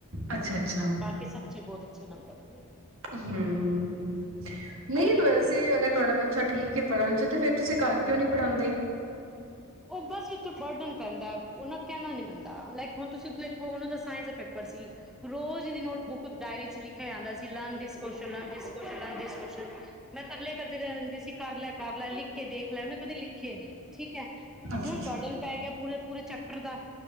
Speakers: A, on the right; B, in the centre.
A: ਅੱਛਾ ਅੱਛਾ,
B: ਬਾਕੀ ਸਭ ਚ ਬਹੁਤ ਅੱਛੇ ਨੰਬਰ ਨੇ।
A: ਹਮ, ਨਹੀਂ
B: ਕੋਈ ਨੀ
A: ਵੈਸੇ ਅਗਰ ਤੁਹਾਡਾ ਬੱਚਾ ਠੀਕ ਹੈ ਪੜ੍ਹਨ ਚ ਤੇ ਫੇਰ ਤੁਸੀਂ ਘਰ ਕਿਉਂ ਨੀ ਪੜਾਂਦੇ?
B: ਉਹ ਬਸ ਓਤੇ ਬਰਡਨ ਪੈਂਦਾ। ਉਹ ਨਾ ਕਹਿਣਾ ਨੀ ਮੰਨਦਾ ਲਕ ਹੁਣ ਤੁਸੀਂ ਦੇਖੋ ਤਾਂ ਦਾ ਸੀ। ਰੋਜ਼ ਦੀ ਨੋਟ ਬੁੱਕ ਡਾਇਰੀ ਚ ਲਿਖਿਆ ਜਾਂਦਾ ਸੀ ਲਰਨ ਦਿਸ <unintelligible> ਮੈਂ ਤਰਲੇ ਕਰਦੀ ਰਹਿਦੀ ਸੀ, ਕਰ ਲੈ ਕਰ ਲੈ, ਲਿਖ ਕੇ ਦੇਖ ਲੈ ਉਹਨੇ ਕਦੀ ਲਿਖੇ ਨ ਠੀਕ ਹੈ ਹੁਣ
A: ਅੱਛਾ ਅੱਛਾ
B: ਬਰਡਨ ਪੈ ਗਿਆ ਪੂਰੇ ਪੂ ਚ ਦਾ